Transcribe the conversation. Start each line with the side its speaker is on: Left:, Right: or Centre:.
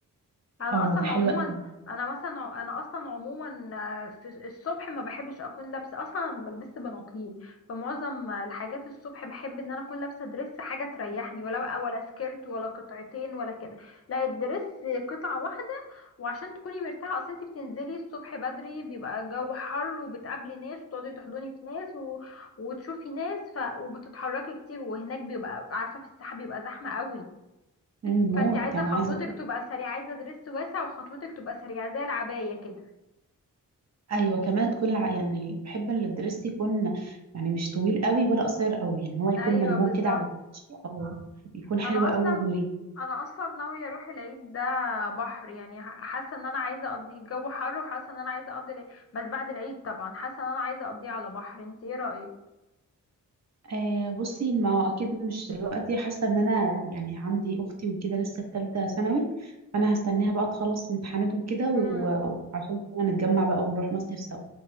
Left: انا
Right: اه
Left: اصلا
Right: ده حلو
Left: عموما
Right: قوي
Left: انا مثلا ع- انا اصلا عموما آه، في الصبح ما بحبش اكون لابسه اصلا ما بلبس بناطيل فمعظم الحاجات الصبح بحب ان انا اكون لابسه دريس حاجه تريحني ولا بقى ولا سكيرت ولا قطعتين ولا كده لا الدريس قطعه واحده وعشان تكوني مرتاحه اصل انت بتنزلي الصبح بدري بيبقى الجو حر وبتقابلي ناس وتقعدي تحضني في ناس و... وتشوفي ناس ف... وبتتحركي كتير وهناك بيبقى عارفه في الساحه بيبقى زحمه قوي
Right: امم موت
Left: فانت عايزه
Right: يعني
Left: خطوتك
Right: عايزه اقول
Left: تبقى سريعه عايزه درس واسع وخطوتك تبقى سريعه زي العبايه كده
Right: ايوه كمان تكون الع... يعني بحب ان الدرس يكون يعني مش طويل قوي ولا قصير قوي يعني هو يكون
Left: ايوه
Right: ملموم
Left: بالظبط
Right: كده على الوش، اه يكون حلو
Left: انا
Right: قوي
Left: اصلا
Right: ومريح
Left: انا اصلا ناويه اروح العيد ده بحر يعني ح- حاسه ان انا عايزه اقضي الجو حر وحاسه ان انا عايزه اقضي العيد بس بعد العيد طبعا حاسه ان انا عايزه اقضيه على بحر انت ايه رايك
Right: آه بصي ما هو اكيد مش دلوقتي حاسه ان انا يعني عندي اختي وكده لسه في ثالثه ثانوي فانا هستناها بقى تخلص امتحانات وكده و-
Left: امم
Right: وعشان كده نتجمع بقى ونروح مصيف سوا